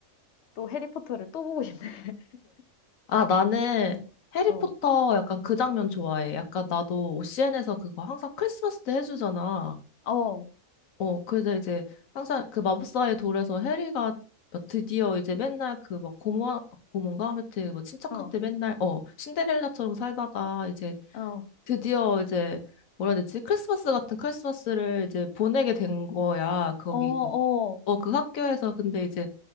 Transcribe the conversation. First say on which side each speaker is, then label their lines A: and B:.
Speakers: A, on the left; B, on the left.
A: 또 해리포터를 또 보고 싶네. <laughs>
B: 아, 나는 해리포터
A: 어,
B: 약간 그 장면 좋아해. 약간 나도 OCN에서 그거 항상 크리스마스 때 해주잖아.
A: 어,
B: 어, 그래서 이제 항상 그 마법사의 돌에서 해리가 뭐 드디어 이제 맨날 그 막 고모, 고모인가? 아무튼 뭐 친척한테
A: 어,
B: 맨날 어, 신데렐라처럼 살다가 이제
A: 어,
B: 드디어 이제 뭐라 해야 되지? 크리스마스 같은 크리스마스를 이제 보내게 된 거야. 거기
A: 어, 어,
B: 그, 어, 그 학교에서 근데 이제